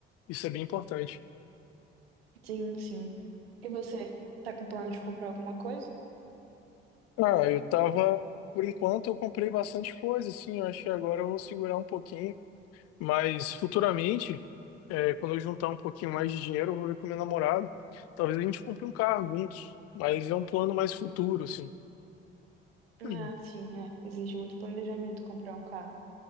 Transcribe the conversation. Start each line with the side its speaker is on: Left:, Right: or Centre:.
Left: Isso é bem importante.
Right: Sim, sim. E você, tá com plano de comprar alguma coisa?
Left: Ah, eu tava, por enquanto eu comprei bastante coisa, assim, eu acho que agora eu vou segurar um pouquinho, mas futuramente, é, quando eu juntar um pouquinho mais de dinheiro, eu vou ver com meu namorado, talvez a gente compre um carro juntos, mas é um plano mais futuro, assim.
Right: Ah,
Left: <clears throat> Uhum.
Right: sim, é. Exige muito planejamento comprar um carro.